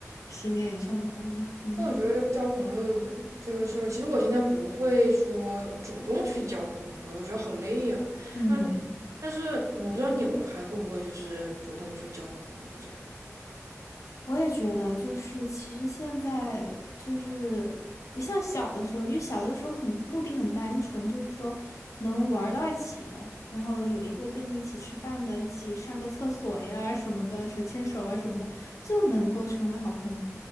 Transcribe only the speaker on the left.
十年以上的朋友。嗯
嗯。
我也觉得，就是其实现在就是不像小的时候，因为小的时候很目的很单纯，就是说能玩儿到一起，然后有一个跟你一起吃饭的，一起上个厕所呀什么的，手牵手啊什么的，就能够成为好朋友。